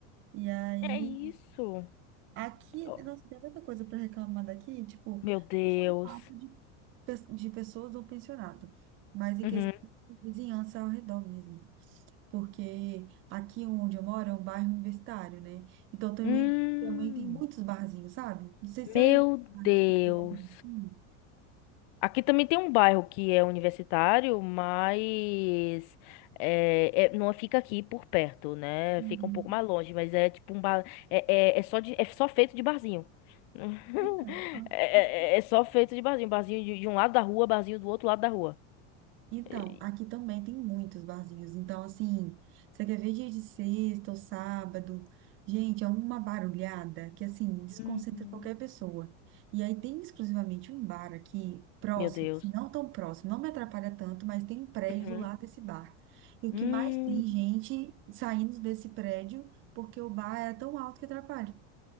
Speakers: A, on the right (about 35°); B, on the left (about 45°).
A: E aí,
B: É isso.
A: aqui,
B: Oh,
A: nossa, tem tanta coisa para reclamar daqui, tipo,
B: Meu Deus.
A: não só o fato de, pe- de pessoas do pensionato, mas em
B: Uhum.
A: questão de vizinhança ao redor mesmo porque aqui onde eu moro é um bairro universitário, né? Então também,
B: Hum,
A: também tem muitos barzinhos, sabe? Não sei se
B: meu
A: é aí na
B: Deus.
A: tem alguma coisa assim.
B: Aqui também tem um bairro que é universitário, mas é, é- não fica aqui por perto, né?
A: Uhum.
B: Fica um pouco mais longe, mas é tipo um bar. É, é, é só de- é só feito de barzinho. <laughs>
A: Então, aqui.
B: É, é- é só feito de barzinho. Barzinho de, de um lado da rua, barzinho do outro lado da rua.
A: Então,
B: E-
A: aqui também tem muitos barzinhos. Então, assim, você quer ver dia de sexta ou sábado? Gente, é uma barulhada que, assim, desconcentra
B: Hum.
A: qualquer pessoa. E aí tem exclusivamente um bar aqui, próximo,
B: Meu Deus.
A: assim, não tão próximo, não me atrapalha tanto, mas tem um prédio
B: Uhum.
A: do lado desse bar. E o
B: Hum.
A: que mais tem gente saindo desse prédio porque o bar é tão alto que atrapalha.